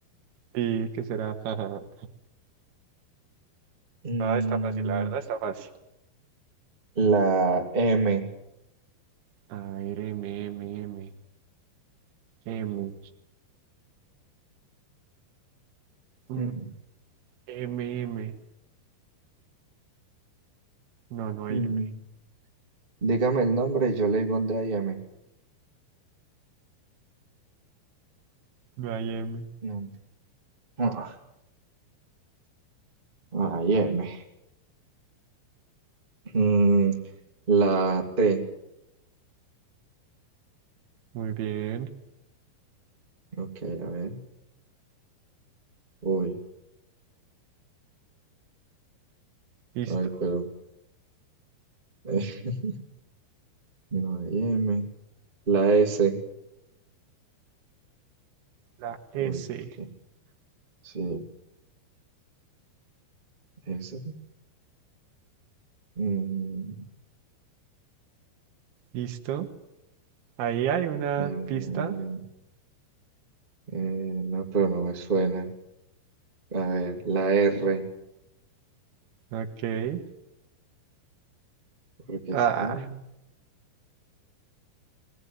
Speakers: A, on the right; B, on the right.
A: ¿Y qué será? <laughs>
B: Mm,
A: No, está fácil, la verdad está fácil.
B: la M.
A: A ver, M, M, M, M. Mm,
B: Mm,
A: M, M. No, no hay
B: mm.
A: M.
B: Dígame el nombre y yo le digo dónde hay M.
A: Miami.
B: No. Ah, hay M. Mm, la T.
A: Muy bien.
B: Ok, a ver. Uy,
A: Listo.
B: ay, pero. <laughs> No hay M. La S.
A: La S.
B: Uy, ¿por qué? Sí, S. Mm,
A: Listo. Ahí hay una
B: eh, eh,
A: pista.
B: eh, no, pero no me suena. A ver, la R.
A: Ok.
B: Porque
A: Ah.
B: es que... eh,